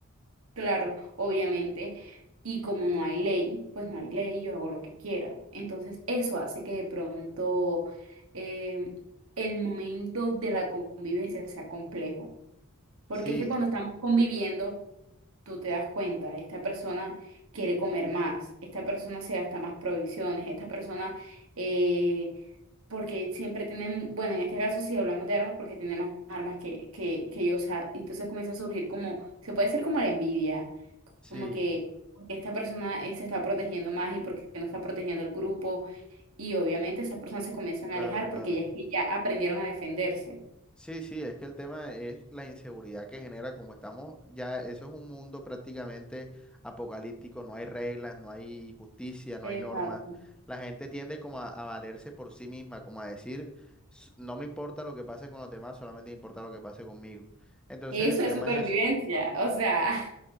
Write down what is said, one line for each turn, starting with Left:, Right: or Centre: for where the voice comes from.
Right: Claro, obviamente. Y como no hay ley, pues no hay ley, yo hago lo que quiera. Entonces, eso hace que de pronto em, el momento de la convivencia sea complejo. Porque
Centre: Sí,
Right: es que cuando estamos conviviendo, tú te das cuenta, esta persona quiere comer más, esta persona se gasta más provisiones, esta persona, eh, porque siempre tienen, bueno, en este caso si hablamos de armas, porque tiene más armas que, que, que yo, o sea, entonces comienza a surgir como, se puede decir como la envidia
Centre: sí,
Right: como que porque esta persona eh, se está protegiendo más y porque no está protegiendo el grupo y obviamente esas personas se comienzan
Centre: claro,
Right: a alejar
Centre: claro.
Right: porque ya es que ya aprendieron a defenderse.
Centre: Sí, sí, es que el tema es la inseguridad que genera, como estamos ya, eso es un mundo prácticamente apocalíptico, no hay reglas, no hay justicia, no
Right: Exacto.
Centre: hay normas. La gente tiende como a, a valerse por sí misma, como a decir, "S- no me importa lo que pase con los demás, solamente me importa lo que pase conmigo. Entonces
Right: Eso
Centre: el tema
Right: es supervivencia,
Centre: es ese.
Right: o sea,